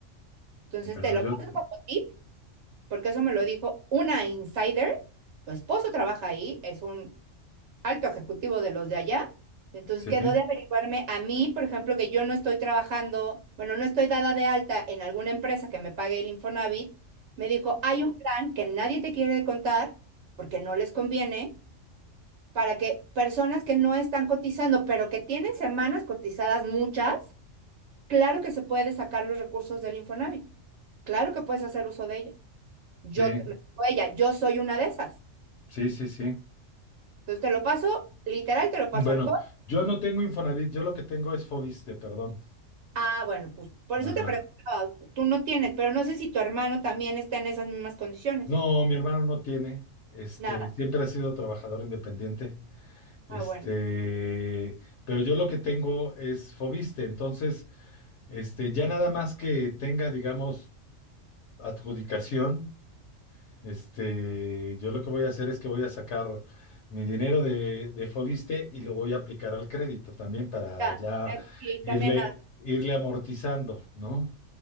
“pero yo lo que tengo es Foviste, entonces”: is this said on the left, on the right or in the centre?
Left